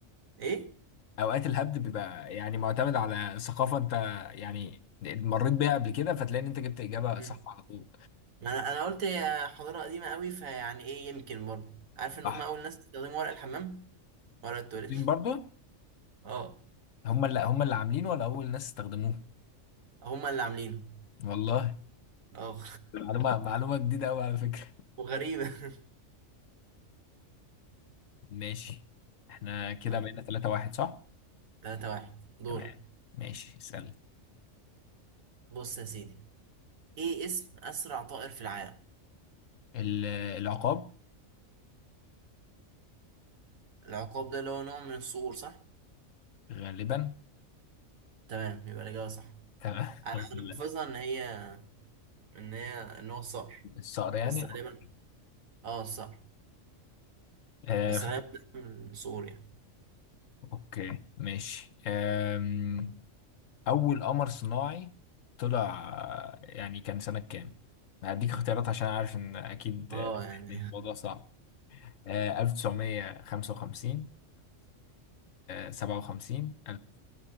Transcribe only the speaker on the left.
أوقات الهبد بيبقى يعني معتمد على ثقافة أنت يعني مريت بيها قبل كده فتلاقي إن أنت جبت إجابة
صح على طول
صح
مين برضو
هم اللي هم اللي عاملين ولا أول ناس استخدموه
والله
معلومة معلومة جديدة أوي على فكرة
ماشي احنا كده
بقينا 3 1 صح
تمام ماشي اسأل
ال- العقاب
غالبا
تمام <laughs> الحمد
لله
الصقر يعني
أوكي.
آه،
اوكي ماشي آم، اول قمر صناعي طلع آه، يعني كان سنة كام هديك اختيارات عشان عارف ان اكيد
آه،
الموضوع صعب آه، 1955 1957